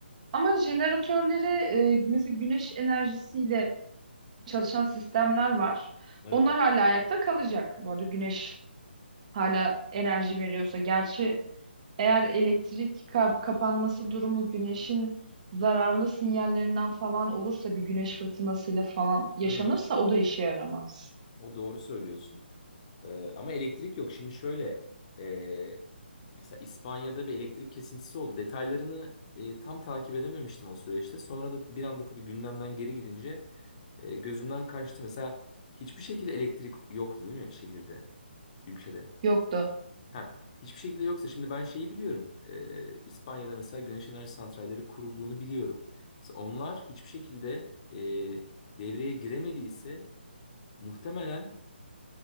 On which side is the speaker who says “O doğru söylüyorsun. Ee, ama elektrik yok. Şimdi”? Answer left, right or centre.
Left